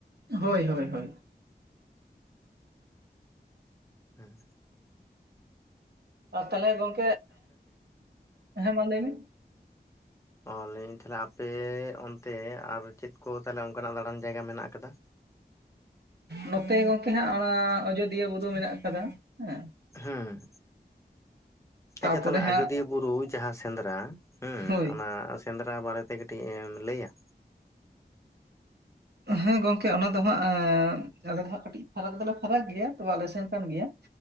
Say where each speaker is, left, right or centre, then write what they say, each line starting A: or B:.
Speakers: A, on the right; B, on the left.
A: ᱦᱳᱭ ᱦᱳᱭ ᱦᱳᱭ᱾
B: ᱦᱮᱸ
A: ᱟᱨ ᱛᱟᱦᱚᱞᱮ ᱜᱚᱝᱠᱮ, ᱦᱮᱸ ᱢᱟ ᱞᱟᱹᱭ ᱢᱮ᱾
B: ᱚ ᱞᱟᱹᱭ ᱟᱹᱧ ᱛᱟᱦᱞᱮ ᱟᱯᱮ ᱚᱱᱛᱮ ᱟᱨ ᱪᱮᱫ ᱠᱚ ᱛᱟᱦᱞᱮ ᱚᱱᱠᱟ ᱱᱟᱜ ᱫᱟᱬᱟᱱ ᱡᱟᱭᱜᱟ ᱢᱮᱱᱟᱜ ᱟᱠᱟᱫᱟ?
A: ᱱᱚᱛᱮ ᱜᱚᱝᱠᱮ ᱦᱟᱸᱜ, ᱚᱱᱟ ᱟᱡᱚᱫᱤᱭᱟᱹ ᱵᱩᱨᱩ ᱢᱮᱱᱟᱜ ᱟᱠᱟᱫᱟ ᱦᱮᱸ᱾
B: ᱦᱩᱸ
A: ᱛᱟᱯᱚᱨᱮ
B: ᱟᱪᱪᱷᱟ, ᱛᱟᱦᱞᱮ
A: ᱦᱟᱸᱜ
B: ᱟᱡᱚᱫᱤᱭᱟᱹ ᱵᱩᱨᱩ ᱡᱟᱦᱟᱸ ᱥᱮᱸᱫᱽᱨᱟ ᱦᱩᱸ,
A: ᱦᱳᱭ
B: ᱚᱱᱟ ᱥᱮᱸᱫᱽᱨᱟ ᱵᱟᱨᱮᱛᱮ ᱠᱟᱹᱴᱤᱡ ᱮᱢ ᱞᱟᱹᱭ-ᱟ?
A: ᱦᱮᱸ, ᱜᱚᱝᱠᱮ ᱚᱱᱟ ᱫᱚ ᱦᱟᱸᱜ, ᱟᱞᱮ ᱫᱚ ᱦᱟᱸᱜ ᱠᱟᱹᱴᱤᱡ ᱯᱷᱟᱨᱟᱠ ᱫᱚᱞᱮ ᱯᱷᱟᱨᱟᱠ ᱜᱮᱭᱟ, ᱛᱚᱵᱮ ᱟᱞᱮ ᱥᱮᱱ ᱠᱟᱱ ᱜᱮᱭᱟ᱾